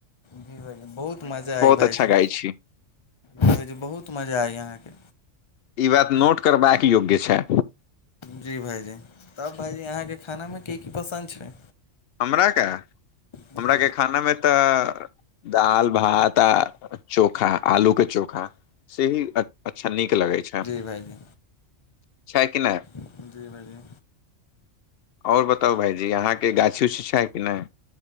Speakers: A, on the left; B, on the left.
A: जी भाजी बहुत मजा आइ भाइजी
B: अच्छा गाय छी
A: भाईजी बहुत मजा य अहाँके
B: ई बात नोट करबाक योग्य छै
A: जी भाइजी तब भाइजी अहाँके खाना मे की की पसन्द छै
B: हमरा के
A: जी
B: हमरा के खाना मे तऽ दाल भात आ चोखा आलू के चोखा सेही अ अच्छा नीक लगै छै
A: भाइजी
B: छैय कि नै
A: जी भाइजी
B: ओर बताउ भायजी अहाँके गाछी उछी छै कि नइ